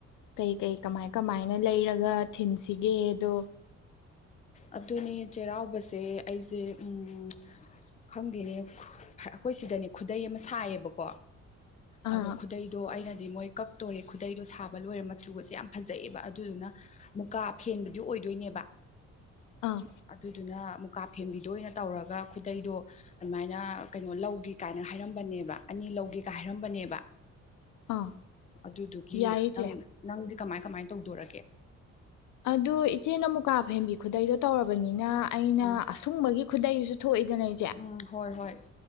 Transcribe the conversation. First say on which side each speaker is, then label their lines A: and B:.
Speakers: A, on the left (about 75°); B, on the left (about 25°).
A: ꯀꯩ ꯀꯩ ꯀꯃꯥꯏ ꯀꯃꯥꯏ ꯅ ꯂꯩꯔꯒ ꯊꯤꯟꯁꯤꯒꯦ ꯗꯣ
B: ꯑꯗꯨꯅꯦ ꯆꯩꯔꯥꯎꯕꯁꯦ ꯑꯩꯁꯦ ꯎꯝ ꯈꯪꯗꯦꯅꯦ ꯑꯩꯈꯣꯏ ꯁꯤꯗꯅꯦ ꯈꯨꯗꯩ ꯑꯃ ꯁꯥꯏꯌꯦꯕꯀꯣ
A: ꯑꯥ
B: ꯑꯗꯣ ꯈꯨꯗꯩꯗꯣ ꯑꯩꯅ ꯍꯥꯏꯗꯤ ꯃꯣꯏ ꯀꯛꯇꯣꯔꯦ ꯈꯨꯗꯩꯗꯣ ꯁꯥꯕ ꯂꯣꯏꯔꯦ ꯃꯆꯨꯒꯥꯁꯦ ꯌꯥꯝꯐꯖꯩꯌꯦꯕ ꯥ ꯑꯗꯨꯗꯨꯅ ꯃꯨꯀꯥ ꯐꯦꯟꯕꯗꯤ ꯑꯣꯏꯗꯣꯏꯅꯦꯕ
A: ꯑꯥ
B: ꯑꯗꯨꯏꯗꯨꯅ ꯃꯨꯛꯀꯥ ꯐꯦꯝꯕꯤꯗ ꯑꯣꯏꯅ ꯇꯧꯔꯒ ꯈꯨꯗꯩꯗꯣ ꯑꯗꯨꯃꯥꯏꯅ ꯀꯩꯅꯣ ꯂꯧꯒꯦ ꯀꯥꯏꯅ ꯍꯥꯏꯔꯝꯕꯅꯦꯕ ꯑꯅꯤ ꯂꯧꯒꯦ ꯀꯥꯏ ꯍꯥꯏꯔꯝꯕꯅꯦꯕ
A: ꯑꯥ
B: ꯑꯗꯨꯗꯨꯒꯤ
A: ꯌꯥꯏ ꯏꯆꯦ
B: ꯅꯪ ꯅꯪꯗꯤ ꯀꯃꯥꯏ ꯀꯃꯥꯏ ꯇꯧꯗꯣꯔꯒꯦ
A: ꯑꯗꯨ ꯏꯆꯦꯅ ꯑꯃꯨꯀꯥꯞ ꯍꯦꯝꯕꯤ ꯈꯨꯗꯩꯗꯣ ꯇꯧꯔꯕꯅꯤ ꯑꯩꯅ ꯑꯩꯅ
B: ꯎꯝ
A: ꯑꯁꯨꯡꯕꯒꯤ ꯈꯨꯗꯩꯁꯨ ꯊꯣꯛꯏꯗꯅ ꯏꯆꯦ
B: ꯎꯝ ꯍꯣꯏ ꯍꯣꯏ